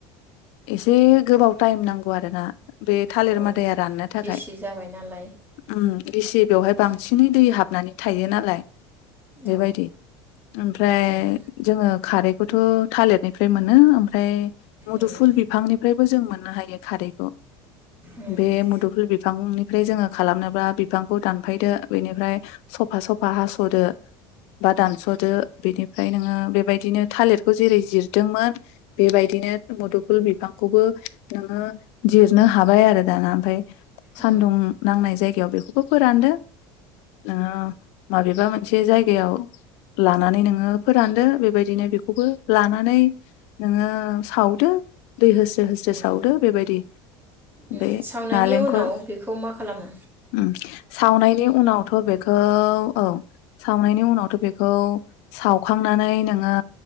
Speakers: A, on the left (about 65°); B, on the right (about 15°).
A: एसे गोबाव टाइम नांगौ आरो ना बे थालिर
B: औ
A: मादाया राननो खाय
B: गिसि जाबाय नालाय
A: उम गिसि बेहाय बांसिनै
B: उम
A: दै हाबनानै थायो नालाय बेबायदि
B: औ
A: ओमफ्राय
B: उम
A: जोङो खारै बेखौथ थालिरनिफ्राय मोनो ओमफ्राय मुदुफुल
B: उम उम
A: बिफांनिफ्रायबो जों मोननो हायो। खारैखौ
B: उम
A: बे
B: उम
A: मुद फांनिफ्राय जोङो खालामनोब्ला बिफांखौ दानफायदो बेनिफ्राय सफा सफा हास' बोदो बा दानसदो बिनिफ्राय नोङो बेबायदिनो थालिर खौ जेरै जिरदोंमोन। बेबायदिनो मुदुफुल बिफां खौबो नोङो जिरनो हाबाय आरो दाना ओमफाय सान्दुं
B: उम
A: नांनाय जायग याव बेखौबो फोरानदो। ओं माबेबा मोनसे जायगायाव लानानै नोङो फोरानदो बेबायदिनो बेखौबो लानानै नोङो सावदो। दै होस्रो होस्रो
B: उम
A: सावदो बेबायदि ओमफाय
B: उम, सावनायनि
A: नालेंखर
B: उनाव
A: फोर
B: बेखौ मा खालामो
A: उम सावनायनि उनावथ बेखौ औ सावनायनि उनावथ बेखौ सावखांनानै नोङो